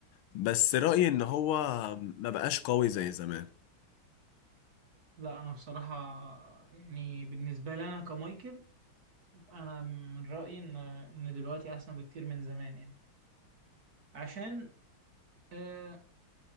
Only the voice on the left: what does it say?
بس رأيي ان هو ما بقاش قوي زي زمان